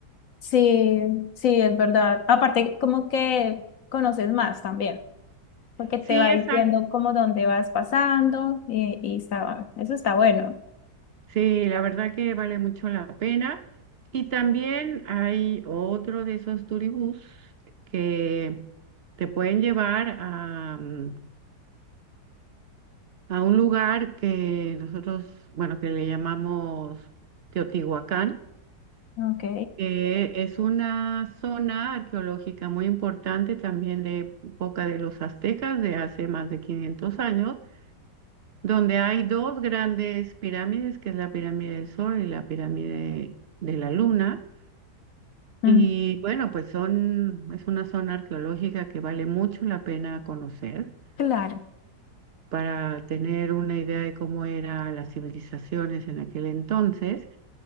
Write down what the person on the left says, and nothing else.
Sí, sí, es verdad. Aparte, como que conoces más también, porque te
va diciendo
como dónde vas pasando y, y está, eso está bueno.
Ok.
Mm,
claro.